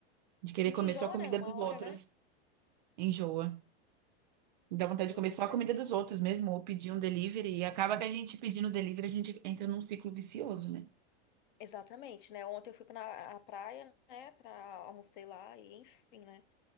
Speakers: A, on the right; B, on the left.
A: De querer
B: A gente
A: comer
B: enjoa,
A: só a comida
B: né? Uma
A: dos
B: hora,
A: outros.
B: né?
A: Enjoa. Dá vontade
B: Sim,
A: de comer só
B: cara,
A: a comida
B: enjoa.
A: dos outros mesmo, ou pedir um delivery. E acaba que a gente pedindo delivery, a gente entra num ciclo vicioso, né?
B: Exatamente, né? Ontem eu fui pra na- a praia, né? Pra almocei lá e enfim, né?